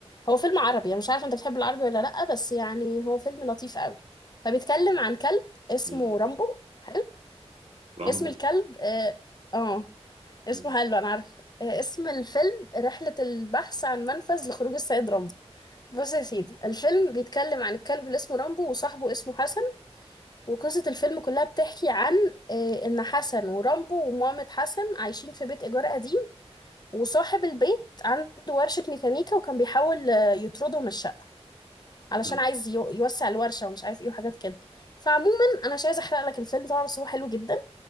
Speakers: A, on the left (about 40°); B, on the right (about 85°).
A: هو فيلم عربي انا مش عارفه انت بتحب العربي ولا لا بس يعني هو فيلم لطيف قوي فبيتكلم عن كلب اسمه
B: مم.
A: رامبو حلو
B: رامبو
A: اسم الكلب اه, آه اسمه
B: مم.
A: حلو انا عارفه آه، اسم الفيلم رحله البحث عن منفذ لخروج السيد رامبو بص يا سيدي الفيلم بيتكلم عن الكلب اللي اسمه رامبو وصاحبه اسمه حسن وقصة الفيلم كلها بتحكي عن آه، إن حسن ورامبو ومامة حسن عايشين في بيت إيجار قديم وصاحب البيت عنده ورشة ميكانيكا وكان بيحاول آه، يطرده من الشقة علشان
B: مم.
A: عايز يو- يوسع الورشة ومش عارف إيه وحاجات كده فعموما أنا مش عايزة أحرق لك الفيلم طبعا بس هو حلو جدا